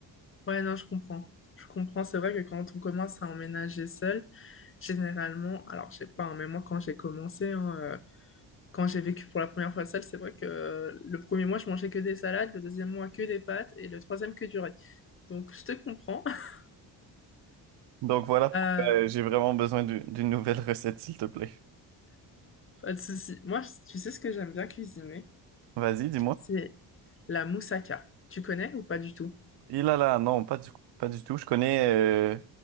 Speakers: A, on the left; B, on the right.
A: Ouais, non, je comprends. Je comprends. C'est vrai que quand on commence à emménager seul, généralement, alors je sais pas, hein, mais moi quand j'ai commencé, hein, euh, quand j'ai vécu pour la première fois seule, c'est vrai que euh, le premier mois, je mangeais que des salades, le deuxième mois, que des pâtes et le troisième, que du riz. Donc, je te comprends. <laughs>
B: Donc, voilà pourquoi
A: Euh,
B: euh, j'ai vraiment besoin du- d'une nouvelle <laughs> recette, s'il te plaît.
A: pas de souci. Moi, je- tu sais ce que j'aime bien cuisiner?
B: Vas-y, dis-moi.
A: C'est la moussaka. Tu connais ou pas du tout?
B: Il là, là, non, pas du, pas du tout. Je connais, euh,